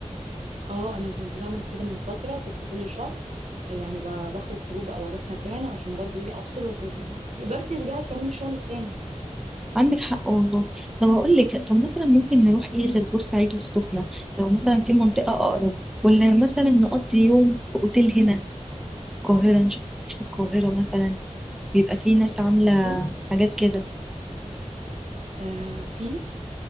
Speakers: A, on the right (about 60°); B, in the centre.
A: اه انا كنت بعمل كده من فتره كنت كل شهر يعني ب- بخرج خروج او اروح مكان عشان برضو ايه افصل وتقدري ترجعي تكملي شغلك تاني
B: عندك حق والله طب هقول لك طب مثلا ممكن نروح ايه غير بورسعيد والسخنة لو مثلا في منطقة اقرب ولا مثلا نقضي يوم في اوتيل هنا في القاهرة نشوف اوتيل في القاهرة مثلا بيبقى فيه ناس عاملة
A: بصي
B: حاجات كده
A: آه في